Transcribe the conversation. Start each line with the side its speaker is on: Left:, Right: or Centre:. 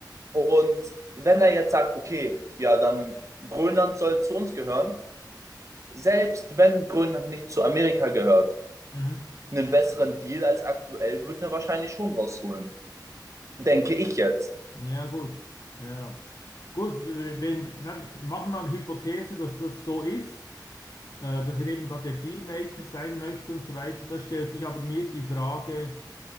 Right: Und wenn er jetzt sagt, okay, ja, dann Grönland soll zu uns gehören, selbst wenn Grönland nicht zu Amerika gehört,
Left: Mhm.
Right: einen besseren Deal als aktuell wird er wahrscheinlich schon rausholen. Denke ich jetzt.
Left: Ja, gut. Ja. Gut, wenn, na, machen wir eine Hypothese, dass das so ist, äh, dass er eben da der Dealmaker sein möchte und so weiter. Da stellt sich aber mir die Frage,